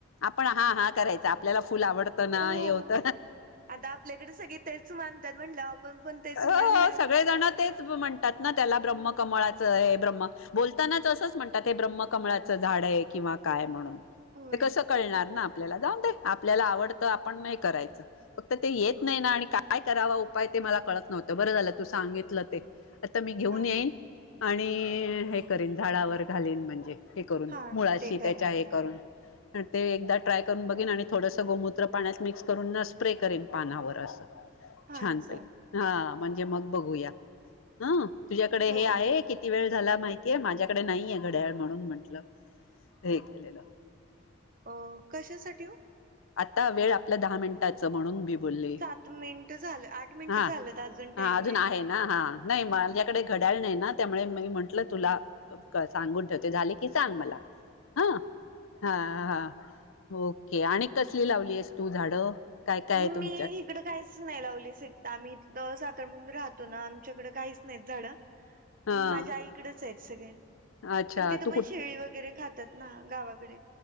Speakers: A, on the left; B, on the right.
A: आपण हा हा करायचा आपल्याला फुल आवडत ना
B: हो
A: हे होत
B: आता आपल्याकडे सगळे तेच मानतात म्हटलं आपण पण तेच
A: अ
B: मानणार.
A: सगळे जण तेच म्हणतात ना त्याला ब्रह्म कमळाचं हे ब्रम्ह बोलतानाच असंच म्हणतात ते ब्रह्मकमळाचं झाड आहे किंवा काय म्हणून
B: होय
A: ते कसं कळणार ना आपल्याला जाऊन दे आपल्याला आवडतं आपण नाही करायचं फक्त ते येत नाही ना आणि काय करावा उपाय ते मला कळत नव्हतं बरं झालं तू सांगितलं ते आता मी घेऊन
B: हा
A: येईन आणि हे करेन झाडावर घालीन म्हणजे हे करून
B: हा
A: मुळाशी
B: ते करा
A: त्याच्या हे
B: ट्राय
A: करून ते एकदा ट्राय करून बघेन आणि थोडसं गोमूत्र पाण्यात मिक्स करून ना स्प्रे करेन पानावर असं
B: हा
A: छानपैकी
B: चाल
A: हा म्हणजे मग बघूया हं तुझ्याकडे
B: हो
A: हे आहे की किती वेळ झाला माहितीये माझ्याकडे नाहीये घड्याळ म्हणून म्हटलं हे केलेलं
B: अ कशासाठी ओ?
A: आता वेळ आपल्या दहा मिनिटाच म्हणून मी बोल्ले
B: सात मिनिट झालं आठ मिनिट
A: हा
B: झालंत टाइम
A: हा अजून आहे ना हा नाही माझ्याकडे घड्याळ नाही ना त्यामुळे मी म्हंटलं तुला सांगून ठेवते झाले की सांग मला हा- हा -हा ओके आणि कसली लावली आहेस तू झाडं? काय काय
B: म
A: आहे तुमच्या
B: मी हिकड काहीच नाही लावली सिटीत आम्ही इथ सातार म्हण राहतो ना आमच्याकडे काहीच नाहीत झाडं
A: हा
B: माझ्या आईकडेच आहेत सगळे
A: अच्छा
B: पण तिथं
A: तू
B: पण
A: कुठ
B: शेळी वगैरे खातात ना गावाकडे